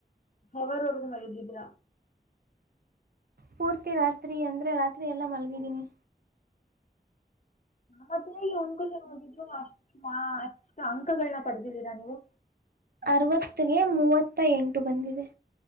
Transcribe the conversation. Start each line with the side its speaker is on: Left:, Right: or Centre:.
Left: ಅವರ್ವರೆಗೂ ಮಳಗಿದೀರ
Right: ಪೂರ್ತಿ ರಾತ್ರಿ ಅಂದ್ರೆ ರಾತ್ರಿ ಎಲ್ಲ ಮಲಗಿದ್ದೀನಿ
Left: ಮತ್ತ ಈಗ ಒಂದ್ ುಷನ್ ಹೋಗಿದ್ು ಅಷ್ಟ ಅಷ್ಟು ಅಂಕಗಳನ್ನ ಪಡೆದಿದ್ದೀರಾ ನೀವು
Right: ಅರವತ್ತಗೆ ಮೂವತ್ತ ಎಂಟು ಬಂದಿದೆ